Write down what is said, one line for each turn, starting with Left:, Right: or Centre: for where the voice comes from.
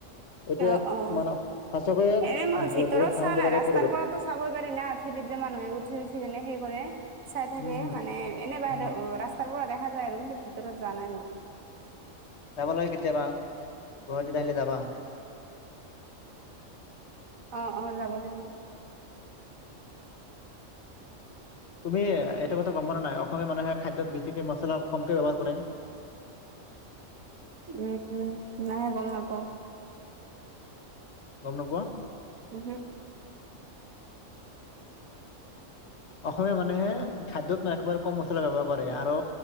Left: এইটো
Right: অ
Left: এক
Right: অ
Left: মানে সঁচাকৈয়ে এ
Right: এনে মই ভিতৰত
Left: বহুত
Right: চোৱা
Left: আনন্দ
Right: নাই
Left: লগা
Right: ৰাস্তাৰ
Left: পৰিৱেশ
Right: পৰাতো চাবই পাৰি না ফেৰিত যে মানুহে উঠি উঠি যেনে সেই কৰে চাই থাকে
Left: উম, হম,
Right: মানে এনে বাহিৰ
Left: উম।
Right: অ ৰাস্তাৰ পৰা দেখা যায় আৰু কিন্তু ভিতৰত যোৱা নাই মই
Left: যাব লাগে কেতিয়াবা গুৱাহাটীত আহিলে যাবা
Right: অ অ যাব লাগিব
Left: তুমি এ এইটো কথা গম পোৱা নে নাই অসমীয়া মানুহে খাদ্যত বেছিকে মছলা কমকৈ ব্যৱহাৰ কৰে
Right: উম নাই গম নাপাও
Left: গম নোপোৱা
Right: উহু
Left: অসমীয়া মানুহে খাদ্যত নাই একেবাৰে কম মচলা ব্যৱহাৰ কৰে আৰু